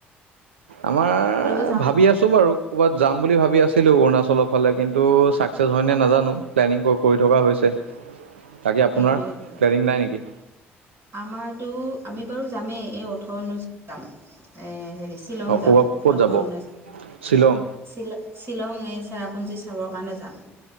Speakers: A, on the right; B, on the right.
A: আমাৰ
B: ফুৰিব যাওঁ
A: ভাবি আছোঁ বাৰু ক'ৰবাত যাম বুলি ভাবি আছিলোঁ অৰুণাচলৰ ফালে কিন্তু ছাকচেছ হয় নে নাজানো প্লেনিং কৰি থকা হৈছে। বাকী আপোনাৰ
B: সেইটোৱে সেইটোৱে
A: প্লেনিং নাই নেকি।
B: আমাৰতো আমি বাৰু যামেই এই ওথ ওনৈছ যাম এ হেৰিছে। শ্বিলং
A: অঁ ক'ৰবাত
B: যাম
A: ক'ত
B: ওঠৰ
A: যাব
B: ঊনৈছ,
A: শ্বিলং,
B: শ্বিল শ্বিলং চেৰাপুঞ্জী চাবৰ কাৰণে যাম।